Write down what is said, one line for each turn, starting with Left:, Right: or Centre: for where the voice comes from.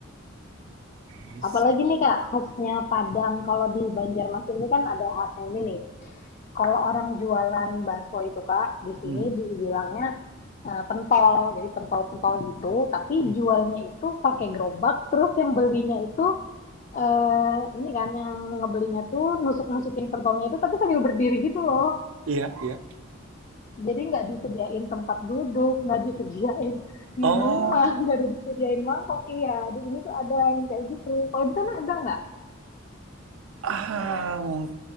Right: ini sih.
Left: Apalagi nih Kak, khasnya Padang kalau di Banjarmasin ini kan ada khasnya ini nih. Kalau orang jualan bakso itu Kak, di sini
Right: Mhm,
Left: dibilangnya eh, pentol. Jadi pentol-pentol gitu, tapi
Right: mhm.
Left: jualnya itu pakai gerobak, terus yang belinya itu eh ini kan yang ngebelinya tuh nusuk-nusukin pentolnya itu tapi sambil berdiri gitu loh.
Right: Iya, iya.
Left: Jadi nggak disediain tempat duduk, nggak disediain <laughs> minuman,
Right: Oh,
Left: nggak disediain mangkok. Iya, di sini tuh ada yang kayak gitu. Kalau di sana ada nggak?
Right: ah, mung-